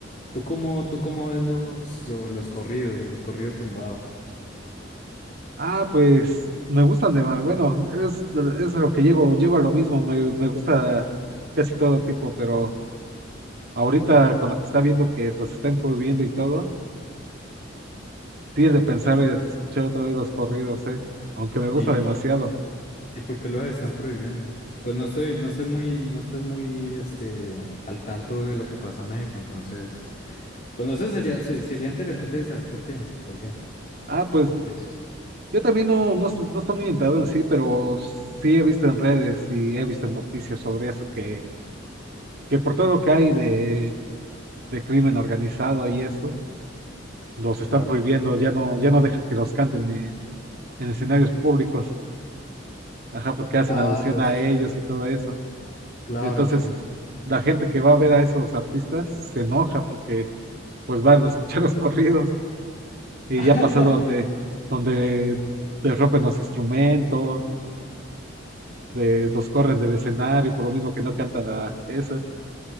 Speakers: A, on the left (about 40°); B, on the right (about 55°).
A: ¿tú cómo, tú cómo ves los, lo- los corridos, los corridos tumbados?
B: Ah, pues me gustan de más. Bueno, es, es a lo que llego, llego a lo mismo. Me, me gusta casi todo tipo, pero ahorita con lo que está viendo que los están prohibiendo y todo, tienes de pensar en escuchar otra vez los corridos, ¿eh? Aunque me gusta
A: ¿Y,
B: demasiado.
A: y por qué los están prohibiendo? Pues no estoy, no estoy muy, no estoy muy, este, al tanto de lo que pasa en México, entonces, pues no sé, sería, se- sería interesante saber por qué, por qué,
B: Ah, pues.
A: por qué eso.
B: Yo también no, no, est- no estoy muy enterado en sí, pero sí he visto en redes y he visto en noticias sobre eso, que, que por todo lo que hay de, de crimen organizado y eso, los están
A: Claro.
B: prohibiendo, ya no, ya no dejan que los canten en, en escenarios públicos, ajá, porque hacen
A: Ah,
B: alusión
A: los,
B: a ellos y todo eso.
A: claro,
B: Y entonces
A: sí.
B: la gente que va a ver a esos artistas se enoja porque pues van a escuchar <laughs> los corridos y
A: <laughs>
B: ya pasa donde, donde te rompen los instrumentos les los corren del escenario por lo mismo que no cantan a eso.